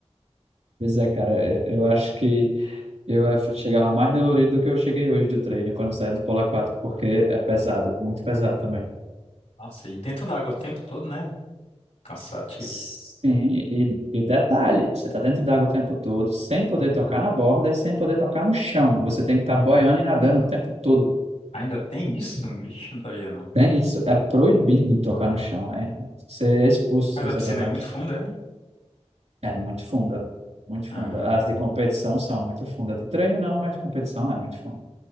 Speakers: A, on the right (about 80°); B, on the left (about 85°).
A: Pois é, cara, eu, eu acho que eu eh, chegava mais dolorido do que eu cheguei hoje do treino quando saí do polo aquático, porque é pesado, muito pesado também.
B: Nossa, e dentro d'água o tempo todo, né? Cansativo.
A: Sim, e, e detalhe, você tá dentro d'água o tempo todo, sem poder tocar na borda e sem poder tocar no chão. Você tem que estar boiando e nadando o tempo todo.
B: Ainda tem isso? Vixe, não sabia não.
A: Tem isso, é proibido tocar no chão. É, você é expulso se
B: Mas
A: você
B: a piscina
A: tocar
B: é muito
A: no chão.
B: funda, é?
A: É muito funda, muito
B: Ah,
A: funda. As de competição são muito funda. De treino não, mas competição é muito funda.